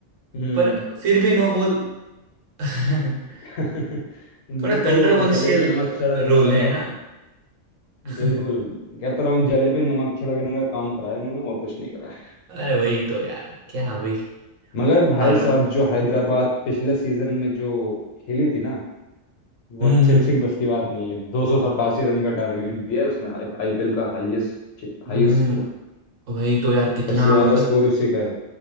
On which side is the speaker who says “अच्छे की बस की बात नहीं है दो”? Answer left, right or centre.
Left